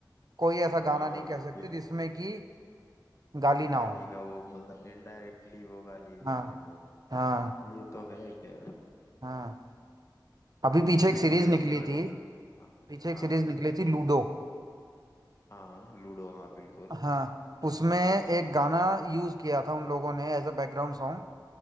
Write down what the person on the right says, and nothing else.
कोई ऐसा
गाना नहीं कह
सकते जिसमें कि गाली ना
हो
हाँ
हाँ
हाँ अभी
पीछे एक
सीरीज
निकली
थी
पीछे एक सीरीज
निकली थी लूडो
हाँ उसमें एक गाना यूज किया था उन लोगों ने एज अ बैकग्राउंड सॉन्ग